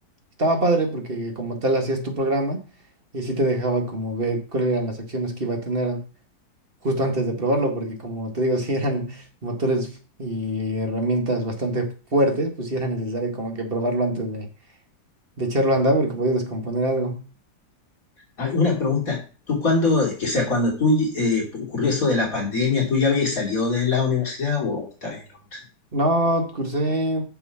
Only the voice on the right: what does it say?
estaba padre porque como tal hacías tu programa y sí te dejaba como ver cuáles eran las acciones que iba a tener justo antes de probarlo, porque como te digo, <laughs> si eran motores y herramientas bastante fuertes, pues sí era necesario como que probarlo antes de, de echarlo a andar porque podías descomponer algo.
No, cursé